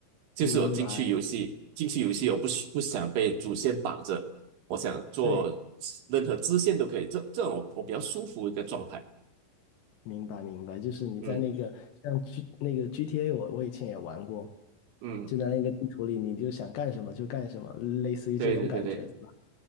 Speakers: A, on the right; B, on the left.
A: 就是我进去游戏进去游戏，
B: 明白，
A: 我不喜不想被主线绑着，我想做
B: 对。
A: 任何支线都可以，这这种我我比较舒服的一个状态。
B: 明白明白，就是你在那个像
A: 嗯
B: G 那个 GTA，我我以前也玩过，
A: 嗯，
B: 就在那个地图里，你就想干什么就干什么，类似于这种感觉，
A: 对对对对。
B: 对吧？